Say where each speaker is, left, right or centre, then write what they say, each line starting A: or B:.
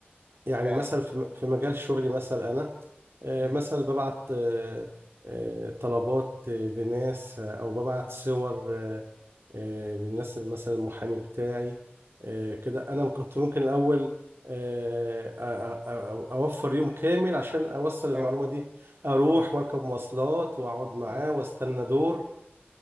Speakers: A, on the right; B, on the right.
A: يعني
B: فعلا
A: مثلا في في مجال شغلي مثلا انا آه،
B: مم.
A: مثلا ببعت آه، آه، طلبات آه، لناس آه، او ببعت صور آه، آه، للناس مثلا المحامي بتاعي آه، كده انا كنت ممكن الاول آه، أ- أ- أ- اوفر يوم كامل عشان اوصل المعلومه
B: اه
A: دي اروح
B: مم.
A: واركب مواصلات واقعد معاه
B: مم.
A: واستنى دور